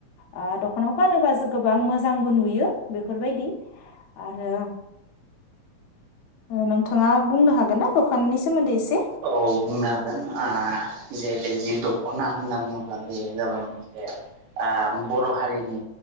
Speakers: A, on the left (about 70°); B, on the right (about 80°).
A: ओ दख'नाखौ गानोबासो गोबां मोजांबो नुयो बेफोरबायदि आरो नोंथाङा बुंनो हा गोन ना दखाननि सोमोन्दै एसे
B: औ बुंनो हागोन आ जिहेथै जि दख'ना होनना बुङोब्ला बेयो जाबाय मोनसे ओ बर' हारिनि